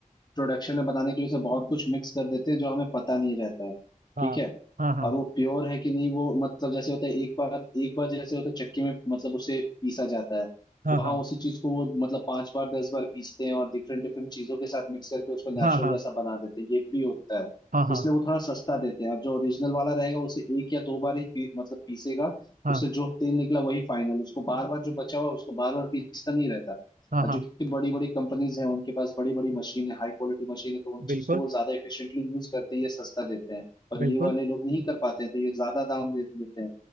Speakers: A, on the left; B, on the right.
A: प्रोडक्शन में बनाने के लिए उसमें बहुत कुछ मिक्स कर देते हैं जो हमें पता नहीं रहता है
B: हाँ
A: ठीक है
B: हाँ हाँ
A: और वो प्योर है कि नहीं वो मतलब जैसे होता है एक बार एक बार जैसे होता है चक्की में मतलब उसे पीसा जाता है
B: हाँ
A: वहां उसी चीज को वो मतलब पांच बार दस बार पीसते हैं और डिफरेंट डिफरेंट चीजों के साथ मिक्स करके उसको नेचुरल
B: हाँ हाँ
A: जैसा
B: हाँ
A: बना देते हैं ये भी होता है
B: हाँ हाँ
A: इसलिए वो थोड़ा सस्ता देते हैं और जो ओरिजिनल वाला रहेगा उसे एक या दो बार ही पी, मतलब पीसेगा
B: हाँ
A: उससे
B: हाँ
A: जो तेल निकला वही फाइनल उसको बार बार जो बचा हुआ है, उसको बार बार पीसना नहीं रहता
B: हाँ
A: और
B: हाँ,
A: जो कि बड़ी बड़ी कंपनीज हैं उनके पास बड़ी बड़ी मशीन है हाई क्वालिटी मशीन है तो उन
B: बिल्कुल
A: चीज को वो ज्यादा एफिशिएंटली यूज करते हैं ये सस्ता देते हैं पर
B: बिल्कुल
A: ये वाले लोग नहीं कर पाते हैं तो ये ज्यादा दाम दे देते हैं